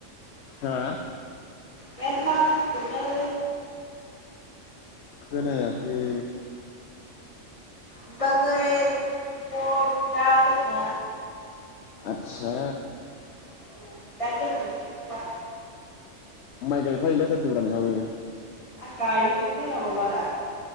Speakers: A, on the left; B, on the left.
A: हो?
B: मेरला मानसि दंलै
A: खोनायाखै
B: बिबाजै बिब' बिदा दंना
A: आतसा
B: औ दा गोनांथि गैथवा
A: माइ गायफा हैलायथारदोब्रा नोंहाबो
B: आं गायनोनो रोङाबा बारा